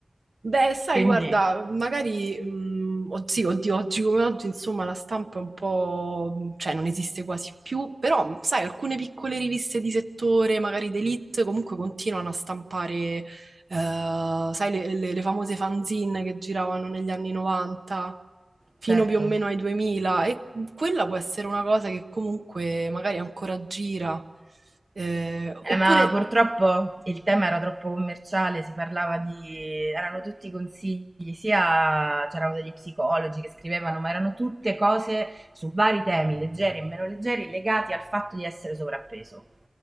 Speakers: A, on the right; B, on the right.
A: Beh, sai,
B: Quindi,
A: guarda, magari, mm, od- sì, oddio, oggi come oggi, insomma, la stampa è un po', mm, cioè, non esiste quasi più, però, mm, sai, alcune piccole riviste di settore, magari d'elite, comunque continuano a stampare, eh, sai, le, le- le famose fanzine che giravano negli anni 90, fino
B: certo.
A: più o meno ai 2000, e quella può essere una cosa che comunque magari ancora gira. Eh, oppure...
B: Eh, ma purtroppo il tema era troppo commerciale, si parlava di... erano tutti consigli, sia c'erano degli psicologi che scrivevano, ma erano tutte cose su vari temi, leggeri e meno leggeri, legati al fatto di essere sovrappeso.